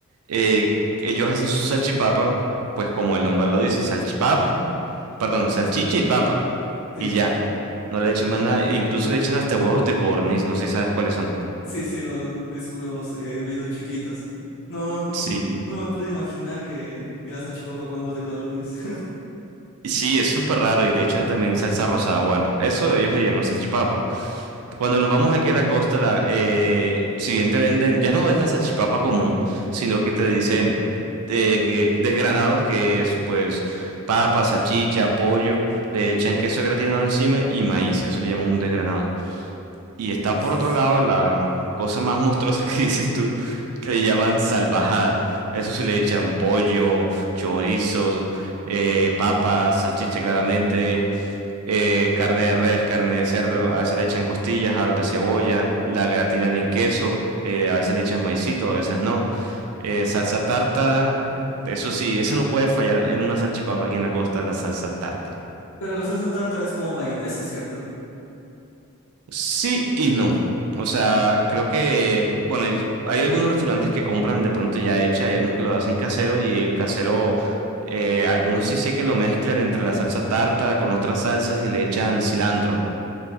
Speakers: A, on the right; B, on the left.
A: Eh, ellos hacen su salchipapa, pues como el nombre lo dice, salchipapa, perdón, salchicha y papa,
B: Sí,
A: y ya. No le echen más nada, incluso le echan hasta huevos de codorniz, no sé si sabes cuáles son.
B: sí, sí, los, hue- esos huevos eh, hervidos chiquitos. No, no, no,
A: Sí.
B: no, no me puedo imaginar que era salchipapa con huevos de codorniz. <laughs>
A: Sí, es súper raro y le echan también salsa rosada. Bueno, eso ellos le llaman salchipapa. Cuando nos vamos aquí a la costa, la, eh, si bien te venden, ya no es la salchipapa común, sino que te dicen eh, que- desgranados, que es pues papa, salchicha, pollo, le echan queso gratinado encima y maíz, a eso le llaman un desgranado. Y está
B: Entonces,
A: por otro lado la cosa más monstruosa que <laughs> dices tú, que le llaman salvajada. Eso sí le echan pollo, chorizo, eh, papa, salchicha claramente eh, carne de res, carne de cerdo, a veces le echan costillas, aros de cebolla, la gratinan en queso, eh, a veces le echan maicito, a veces no, eh, salsa tártara, eso sí, eso no puede fallar en una salchipapa aquí en la costa, la salsa tártara.
B: pero la salsa tártara es como mayonesa, ¿cierto?
A: Sí y no, o sea, creo que, bueno, y hay algunos restaurantes que compran de pronto ya hecha, hay unos que lo hacen casero y el casero... eh, algunos sí sé que lo mezclan entre la salsa tártara con otras salsas y le echan cilantro.